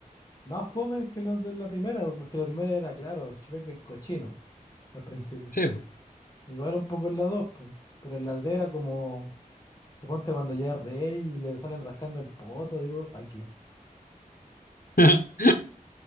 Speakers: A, on the left; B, on the left.
A: más fome que los de la primera, porque la primera era, claro, Shrek es cochino al principio.
B: Sí, po.
A: Igual un poco en la 2 pues. Pero en la 3 era como. Suponte cuando llega Rey y le salen rascando el poto, digo, pa qué?
B: <laughs>